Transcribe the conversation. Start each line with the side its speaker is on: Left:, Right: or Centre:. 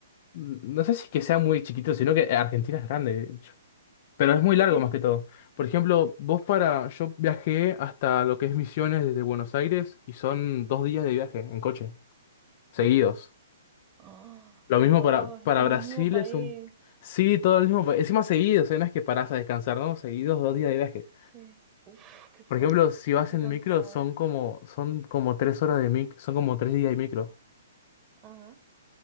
Left: N- No sé si es que sea muy chiquito, sino que Argentina es grande, de hecho. Pero es muy
Right: Sí.
Left: largo más que todo. Por ejemplo, vos para... Yo viajé hasta lo que es Misiones desde Buenos Aires y son dos días de viaje en coche, seguidos.
Right: <gasps> Ah,
Left: Lo
Right: Dios,
Left: mismo para, para
Right: en
Left: Brasil
Right: el mismo país.
Left: es un... Sí, todo el mismo... pa- Encima seguidos, ¿eh? No es que parás a descansar, ¿no? Seguidos dos días de viaje.
Right: Sí. Uf, qué fuerte.
Left: Por ejemplo, si vas
Right: Qué
Left: en
Right: cansado.
Left: micro, son como, son como tres horas de micro, son como tres días de micro.
Right: Ajá.